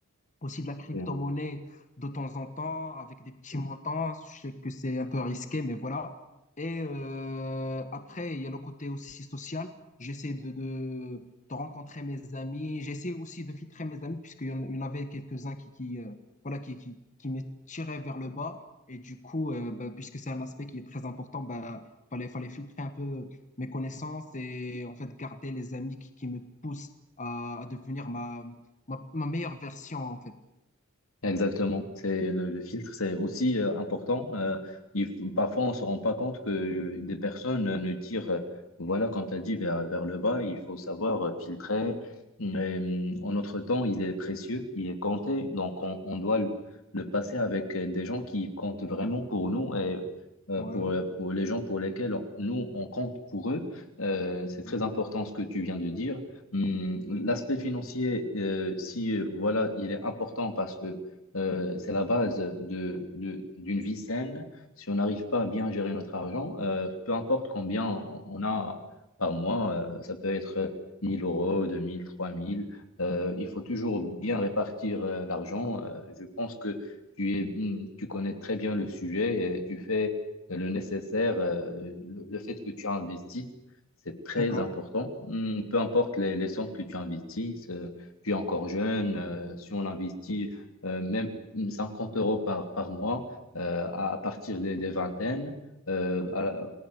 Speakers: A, on the left (about 35°); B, on the left (about 85°).
A: aussi de la crypto-monnaie
B: Mm.
A: de temps en temps avec des petits montants. Je sais que c'est un peu risqué, mais voilà. Et euh, après, il y a le côté aussi social. J'essaie de, de, de rencontrer mes amis. J'essaie aussi de filtrer mes amis, puisqu'il y en, il y en avait quelques-uns qui, qui, euh, voilà, qui, qui, qui me tiraient vers le bas. Et du coup, euh, ben, puisque c'est un aspect qui est très important, ben, fallait, fallait filtrer un peu mes connaissances et en fait garder les amis qui, qui me poussent à, à devenir ma, ma, ma meilleure version, en fait.
B: Exactement, c'est le, le filtre, c'est aussi euh, important. Euh, il faut- parfois, on se rend pas compte que euh, des personnes euh, ne tirent, euh, voilà, comme tu as dit, vers, vers le bas. Il faut savoir euh, filtrer. Mais, euh, en notre temps, il est précieux, il est compté, donc on, on doit le, le passer avec euh, des gens qui comptent vraiment pour nous et euh,
A: Ouais,
B: pour, euh, pour les gens pour lesquels on- nous, on compte pour eux. Euh, c'est très
A: ouais.
B: important ce que tu viens de dire. Hum, L'aspect financier, euh, si euh, voilà, il est important parce que euh, c'est la base de, de- d'une vie saine. Si on n'arrive pas à bien gérer notre argent, euh, peu importe combien on a par mois, euh, ça peut être 1000 euros, 2000, 3000, euh, il faut toujours bien répartir euh, l'argent. Euh, je pense que tu es, hmm, tu connais très bien le sujet et tu fais le nécessaire. euh, le, le fait que tu investis, c'est très
A: d'accord,
B: important. Hmm, peu importe les, les sommes que tu investisses, euh, tu es encore jeune, euh, si on investit euh, même 50 euros par, par mois euh, à, partir des, des vingtaines. Euh, à-